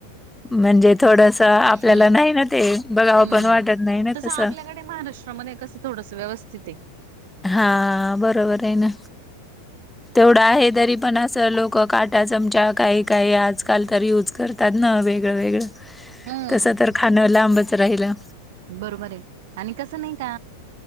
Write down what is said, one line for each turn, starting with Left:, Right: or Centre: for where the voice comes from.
Centre: म्हणजे थोडस. आपल्याला
Right: ह
Centre: नाही ना ते बघावं
Right: हम्म
Centre: पण वाटत नाही ना
Right: तस
Centre: तसं
Right: आपल्याकडे महाराष्ट्रामध्ये कस थोडस व्यवस्थ. तिथे.
Centre: हा बरोबर आहे ना तेवढं आहे तरी. पण असं लोकं काटा चमचा काही काही आजकाल तर यूज करतात ना वेगळंळ
Right: हम्म
Centre: तस तर खाण लांबच राहिलं
Right: बरोबर आहे आणि कसं नाही का